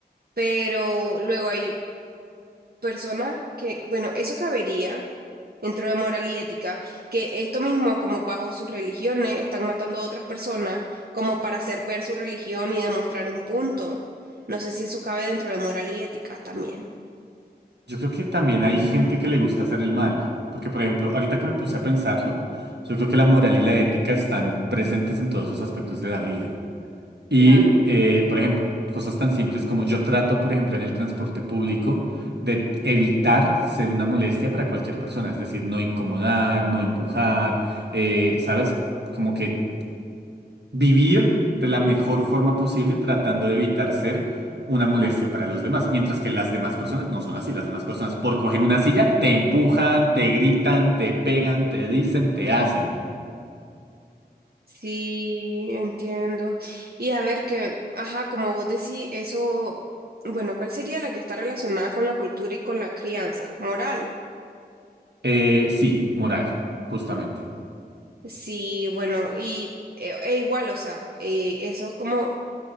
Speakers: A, on the right; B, on the right.
A: Pero luego hay personas que, bueno, eso cabería dentro de moral y ética, que esto mismo, como bajo sus religiones, están matando a otras personas como para hacer ver su religión y demostrar un punto. No sé si eso cabe dentro de moral y ética también.
B: Yo creo que también hay gente
A: Mm,
B: que le gusta hacer el mal, porque por ejemplo, ahorita que me puse a pensarlo, yo creo que la moral y la ética están presentes en todos los aspectos de la vida. Y,
A: claro.
B: eh, por ejemplo, cosas tan simples como yo trato, por ejemplo, en el transporte público de evitar ser una molestia para cualquier persona, es decir, no incomodar, no empujar, eh, ¿sabes? Como que vivir de la mejor forma posible, tratando de evitar ser una molestia para los demás, mientras que las demás personas no son así. Las demás personas, por coger una silla, te empujan, te gritan, te pegan, te dicen, te hacen.
A: Sí, entiendo. Y a ver que, ajá, como vos decís, eso, bueno, ¿cuál sería la que está relacionada con la cultura y con la crianza? Moral.
B: Eh, sí, moral, justamente.
A: Sí, bueno, y e, e igual, o sea, eh, eso como